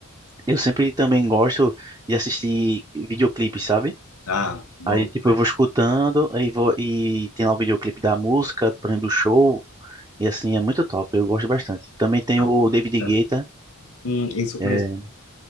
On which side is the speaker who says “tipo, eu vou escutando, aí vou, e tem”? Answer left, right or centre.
Right